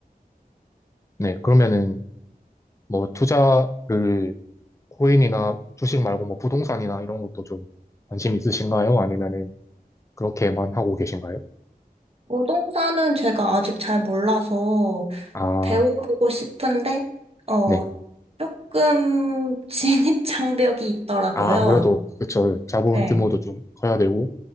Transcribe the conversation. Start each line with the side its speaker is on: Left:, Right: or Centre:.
Left: 네, 그러면은, 뭐, 투자를, 코인이나 주식 말고 뭐, 부동산이나 이런 것도 좀 관심 있으신가요? 아니면은, 그렇게만 하고 계신가요?
Right: 부동산은 제가 아직 잘 몰라서
Left: 아,
Right: 배워보고 싶은데 어,
Left: 네.
Right: 조금 <laughs> 진입 장벽이 있더라고요.
Left: 아, 아무래도, 그쵸. 자본
Right: 네,
Left: 규모도 좀 커야 되고,